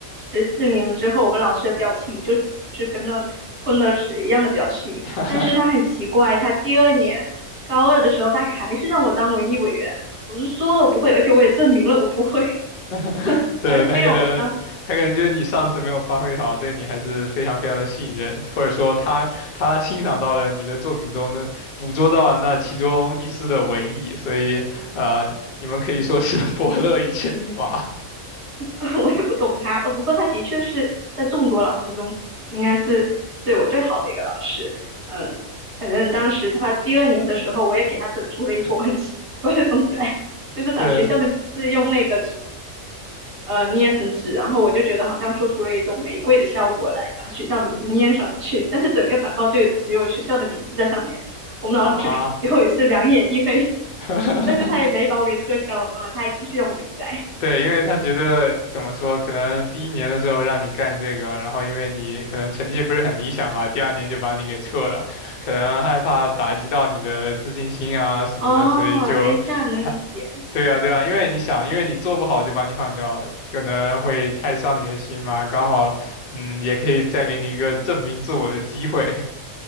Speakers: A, on the right (about 25°); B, on the left (about 85°).
A: 十四名之后，我们老师的表情就是跟那吞了屎一样的表情。
B: <laughs>
A: 但是他很奇怪，他第二年高二的时候，他还是让我当文艺委员。我就说了我不会，而且我也证明了我不会，
B: <laughs>
A: <laughs>
B: 对，
A: 还非让我当。
B: 他可能他可能觉得你上次没有发挥好，对你还是非常非常的信任，或者说他他欣赏到了你的作品中的捕捉到了那其中一丝的文艺，所以呃，你们可以说是 <laughs> 伯乐与千里马。
A: <laughs> 我也不懂他，呃，不过他的确是在众多老师中，应该是对我最好的一个老师。嗯，反正当时他第二年的时候，我也给他整出了一坨很奇怪的东西来，就是把学校的名字用那个纸
B: 对
A: 呃捏成纸，然后我就觉得好像做出了一种玫瑰的效果来，把学校名字捏上去，但是整个板报就只有学校的名字在上面。我们老师看以后也是两眼一黑，
B: 啊，<laughs>
A: 但是他也没把我给撤销了，他还继续让我比赛。
B: 对，因为他觉得怎么说，可能第一年的时候让你干这个，然后因为你可能成绩不是很理想吧，第二年就把你给撤了，可能害怕打击到你的自信心啊什么的，
A: 哦，
B: 所以就还
A: 哎，现在能理解。
B: 对呀对啊，因为你想，因为你做不好就把你换掉，可能会太伤你的心嘛，刚好嗯也可以再给你一个证明自我的机会。